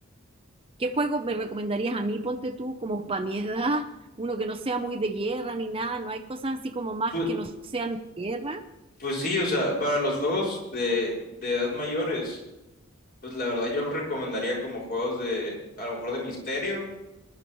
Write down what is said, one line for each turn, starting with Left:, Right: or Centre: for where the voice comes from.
Right: ¿Qué juego me recomendarías a mí, ponte tú, como para mi edad? Uno que no sea muy de guerra ni nada, no hay cosas así como más
Left: Pues,
Right: que no sean de guerra.
Left: pues sí, o sea, para los juegos de, de edad mayores, pues la verdad yo recomendaría como juegos de, a lo mejor de misterio